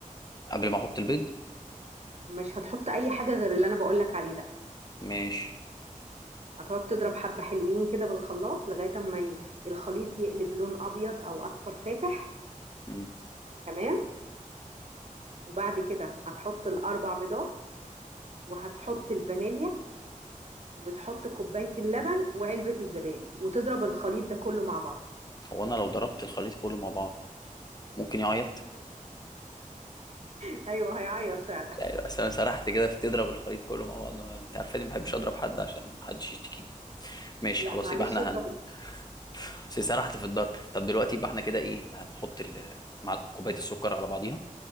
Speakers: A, on the left (about 30°); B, on the right (about 50°).
A: قبل ما أحط البيض
B: مش هتحط اي حاجة غير اللي انا بقولك عليه ده
A: ماشي
B: هتقعد تضرب حبة حلوين كده بالخلاط لغاية اما ي- الخليط يقلب لون ابيض او اصفر فاتح
A: مم.
B: تمام وبعد كده هتحط الاربع بيضات وهتحط الفانيليا وتحط كوباية اللبن وعلبة الزبادي وتضرب الخليط ده كله مع بعض
A: هو أنا لو ضربت الخليط كله مع بعض ممكن يعيط؟
B: <laughs> ايوه هيعيط فعلا
A: <laughs> مش عارف، أصل أنا سرحت كده في تضرب الخليط كله مع بعض أنا- أنت عارفاني ما بحبش أضرب حد عشان محدش يشتكيني ماشي
B: لا
A: خلاص
B: معلش
A: يبقى إحنا
B: اضرب
A: هن <laughs> بس سرحت في الضرب طب دلوقتي يبقى إحنا كده إيه هنحط ال... مع كوباية السكر على بعضيها